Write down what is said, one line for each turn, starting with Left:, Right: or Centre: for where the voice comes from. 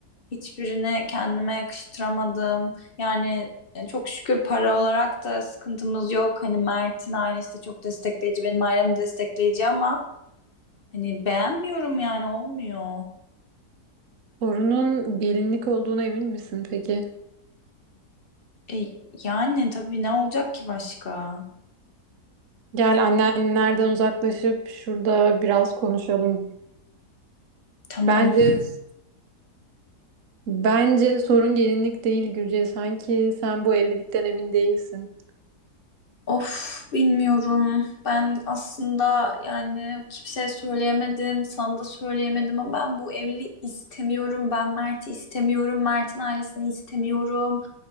Left: Hiçbirini kendime yakıştıramadım. Yani e, çok şükür para olarak da sıkıntımız yok. Hani Mert'in ailesi de çok destekleyici, benim ailem de destekleyici ama hani beğenmiyorum yani olmuyor.
Right: Sorunun gelinlik olduğuna emin misin peki?
Left: E, yani tabii ne olacak ki başka?
Right: Gel annenlerden uzaklaşıp şurada biraz konuşalım.
Left: Tamam.
Right: Bence bence sorun gelinlik değil Gürce. Sanki sen bu evlilikten emin değilsin.
Left: Of bilmiyorum. Ben aslında yani kimseye söyleyemedim, sana da söyleyemedim ama ben bu evliliği istemiyorum. Ben Mert'i istemiyorum, Mert'in ailesini istemiyorum